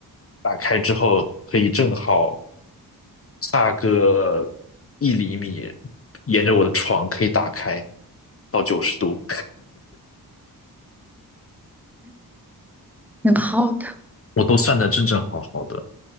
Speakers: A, on the left (about 40°); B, in the centre.
A: 打开之后可以正好差个一厘米，沿着我的床可以打开到九十度，
B: 挺好的。
A: 我都算的正正好好的。